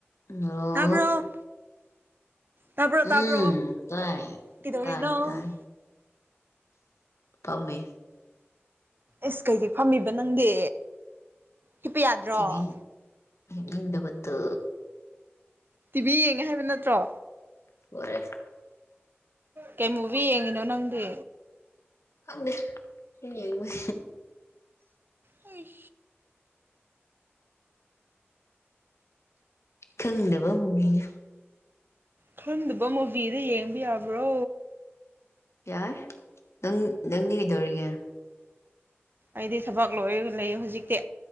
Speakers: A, on the left; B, on the right.
A: ꯑꫭ
B: ꯇꯥꯕ꯭ꯔꯣ ꯇꯥꯕ꯭ꯔꯣ ꯇꯥꯕ꯭ꯔꯣ
A: ꯎꯝ ꯇꯥꯏ
B: ꯀꯩꯗꯧꯔꯤꯅꯣ
A: ꯇꯥꯏ ꯇꯥꯏ ꯄꯝꯃꯦ
B: ꯏꯁ ꯀꯩꯒꯤ ꯐꯝꯃꯤꯕ ꯅꯪꯗꯤ ꯍꯤꯞꯄ ꯌꯥꯗ꯭ꯔꯣ
A: ꯇꯤꯕꯤ ꯍꯤꯞꯅꯤꯡꯅꯕꯗꯣ
B: ꯇꯤꯕꯤ ꯌꯦꯡꯉꯦ ꯍꯥꯏꯕ ꯅꯠꯇ꯭ꯔꯣ
A: <unintelligible>
B: ꯀꯩ ꯃꯨꯕꯤ ꯌꯦꯡꯉꯤꯅꯣ ꯅꯪꯗꯤ
A: ꯈꯪꯗꯦ ꯌꯦꯡꯉꯣꯏ
B: INAUDIBLE
A: ꯈꯪꯗꯕ ꯃꯨ ꯃꯤꯅꯦ
B: ꯈꯪꯗꯕ ꯃꯨꯚꯤꯗ ꯌꯦꯡꯕ ꯌꯥꯕ꯭ꯔꯣ
A: ꯌꯥꯏ ꯅꯪ ꯅꯪꯗꯤ ꯀꯩꯗꯧꯔꯤꯒꯦ
B: ꯑꯩꯗꯤ ꯊꯕꯛ ꯂꯣꯏꯔ ꯂꯩꯌꯦ ꯍꯧꯖꯤꯛꯇꯤ